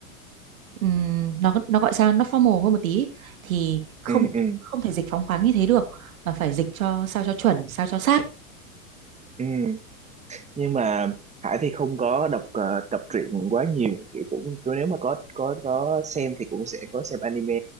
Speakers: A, on the right; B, on the right.
A: ừm, nó nó gọi sao nó formal hơn một tí thì không
B: ừ ừ
A: không thể dịch phóng khoáng như thế được mà phải dịch cho sao cho chuẩn sao cho sát
B: ừ nhưng mà Hải thì không có đọc ờ, đọc truyện quá nhiều thì cũng cứ nếu mà có có có xem thì cũng sẽ có xem anime